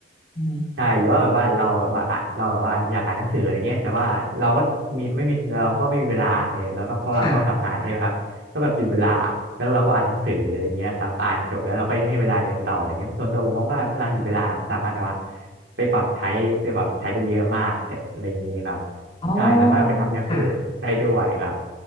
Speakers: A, on the left; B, on the right.
A: อืม
B: ใช่หรือว่าแบบว่าเราแบบว่าอ่ะเราแบบว่าอยากอ่านหนังสืออะไรเงี้ยแต่ว่าเราก็มีไม่มีเราก็ไม่มีเวลาอ่านเลยเราต้องเพราะเราต้องทำงานใช่ไหมครับก็แบบหยุดเวลาอ่ะแล้วเราก็อ่านหนังสืออะไรเงี้ยครับอ่านจบแล้วเราค่อยให้เวลาเดินต่ออะไรเงี้ยส่วนตัวผมมองว่าพลังหยุดเวลามันสามารถแบบว่า
A: ค่ะ
B: ไปปรับใช้ไปปรับใช้ได้เยอะมากอะไรอย่างนี้ครับ
A: อ๋อ
B: ใช่ สามารถอ๋อเอาไปทำอย่างอื่นได้ด้วยครับ
A: ค่ะ